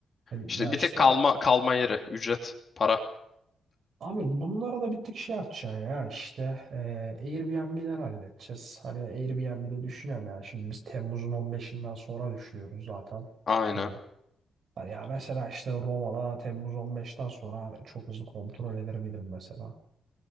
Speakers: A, on the right; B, on the left.
A: Hem
B: İşte
A: Ya
B: bir
A: işte
B: tek kalma kalma yeri. Ücret. Para.
A: abi bunlara da bir tık şey yapacaksın ya işte e, Airbnb'den halledeceğiz. Hani Airbnb'de düşünüyorum ya. Şimdi biz Temmuz'un on beşinden sonra düşünüyoruz zaten
B: Aynen.
A: gitmeyi. Hani ya mesela işte Roma'da Temmuz on beşten sonra çok hızlı kontrol edebilirim mesela.